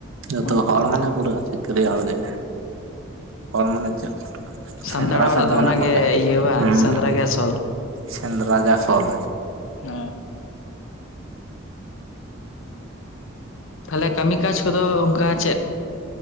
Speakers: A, on the right (about 85°); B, on the left (about 75°).
A: ᱡᱚᱛᱚ
B: ᱦᱩᱸ
A: ᱦᱚᱲ ᱢᱟᱱᱮ ᱯᱩᱨᱟᱹ ᱥᱤᱠᱟᱹᱨᱤᱭᱟᱹ ᱦᱚᱲ ᱜᱮ᱾ ᱦᱚᱲ ᱢᱟᱱᱮ ᱪᱮᱫ?
B: ᱥᱟᱱᱛᱟᱲ
A: ᱥᱮᱸᱫᱽᱨᱟ
B: ᱦᱚᱲᱟᱜ
A: ᱥᱮᱫ ᱫᱚ ᱢᱮᱱᱟᱜ
B: ᱚᱱᱟᱜᱮ
A: ᱠᱚᱜᱮᱭᱟ᱾
B: ᱤᱭᱟᱹ ᱵᱟᱝ
A: ᱦᱩᱸ᱾
B: ᱥᱮᱸᱫᱽᱨᱟ ᱜᱮ ᱟᱥᱚᱞ
A: ᱥᱮᱸᱫᱽᱨᱟ ᱜᱮ ᱟᱥᱚᱞ᱾
B: ᱦᱮᱸ ᱛᱷᱟᱞᱮ ᱠᱟᱹᱢᱤ ᱠᱟᱡᱽ ᱠᱚᱫᱚ ᱚᱱᱠᱟ ᱪᱮᱫ?